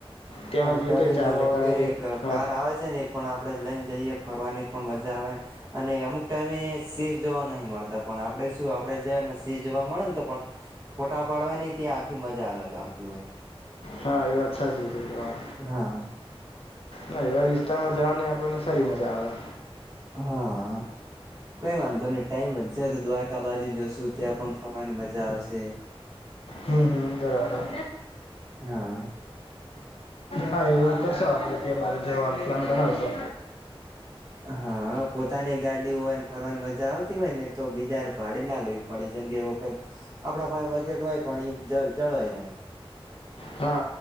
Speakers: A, on the left; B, on the right.
A: તેમાં
B: હા
A: જઈએ
B: પ્રાણીઓ
A: તોય ચાલે
B: જોવા
A: કારણ
B: વગેરે
A: કે હા
B: કાર આવે છે ને પણ આપણે લઈને જઈએ ફરવાની પણ મજા આવે અને અમુક ટાઈમે શેહ જોવા નહી મળતા પણ આપણેે શું આપણેે જાય ને શેહ જોવા મળે ને તો પણ ફોટા પાડવાની ત્યાં આખી મજા અલગ આવતી હોય
A: હા એ વાત સાચી ર તમા
B: હા
A: ના એવા વિસ્તારમાં જવા આપણને સારી મજા આવે
B: હા કઈ વાંધો નને ટાઈમ વધશે તો દ્વારકા બાજુ જશુ ત્યાં પણ ફરવાની મજા આવશે
A: હમ હમ બરાબર
B: હા
A: હા એવું કરશો આપડે ત્યાં બાજુ જવાનો પ્લાન બનાવશો
B: હા પોતાની ગાડી હોય ને ફરવાની મજા આવતી હોય ને તો બીજાને ભાડી ના લય પડે જેમ કે એવ આપડા પાસે બજેટ હોય પણ એ જ જળવાઈ રહે
A: હા